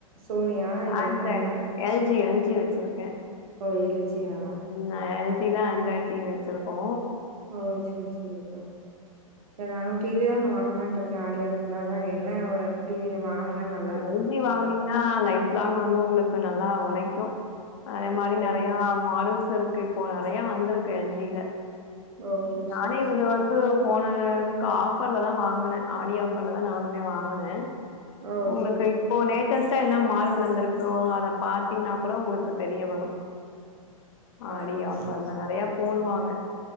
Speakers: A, on the right; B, on the left.
A: சோனியா இல்ல
B: Android
A: M I yeah
B: L G L G வெச்சிருக்கே
A: ஓ எல் ஜி யா
B: நா எல் ஜி ல ஆண்ட்ராய்ட் டி வி வெச்சிருக்கோ
A: ஓ சேர் செரிப்பா நானு டி வி தா ஒன்னு வாங்கலான்ட்டு இருக்கே ஆடி ஆஃபர்ல அதா என்ன ஒரு டி வி வாங்குனா நல்
B: எல் ஜி வாங்குனிங்கனா லைஃப் லாங் வந்து உங்களுக்கு நல்லா உழைக்கு அதே மாரி
A: ஓ
B: நெறையா மாடல்ஸ் இருக்கு இப்போ நெறையா வந்திருக்கு எல் ஜில
A: ஓ
B: நானே
A: செரி செரி
B: இது வந்து போன இதுக்கு ஆஃபர்லதா வாங்குனே ஆடி ஆஃபர்லதா நானுமே வாங்குனே
A: ஓ
B: உங்களுக்கு
A: செரி
B: இப்போ லேட்டஸ்ட்டா என்ன மாடல் வந்திருக்கோ அத பாத்திங்னா கூட உங்களுக்கு தெரிய வரு
A: ஆ
B: ஆடி ஆஃபர்ல
A: செரி
B: நெறையா போடுவாங்க